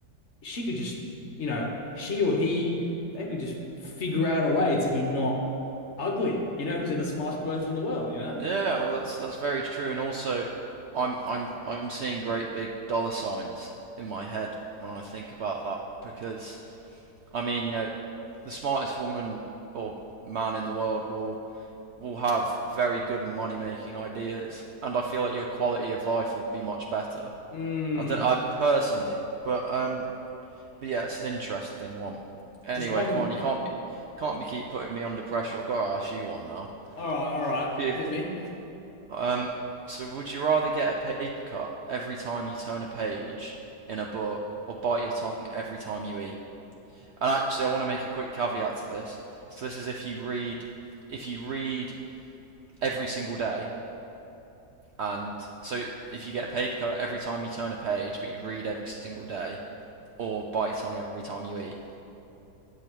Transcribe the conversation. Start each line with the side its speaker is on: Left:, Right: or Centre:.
Left: she could just, you know, she or he, they could just figure out a way to be not ugly, you know, because they're the smartest person in the world, you know?
Right: Yeah, well, that's that's very true, and also, I'm I'm I'm seeing great big dollar signs in my head when I think about that because I mean, you know, the smartest woman or man in the world will will have very good money making ideas, and I feel like your quality of life would be much better.
Left: Mm,
Right: I, don't, I personally, but um, But yeah, it's an interesting one. Anyway,
Left: just one.
Right: come on, you can't be can't be keep putting me under pressure. I've got to ask you one now.
Left: All right, all right,
Right: If
Left: hit me.
Right: um, so would you rather get a paper cut every time you turn a page in a book, or bite your tongue every time you eat? And actually, I want to make a quick caveat to this. So this is if you read if you read every single day, and so if you get a paper cut every time you turn a page, but you read every single day, or bite your tongue every time you eat.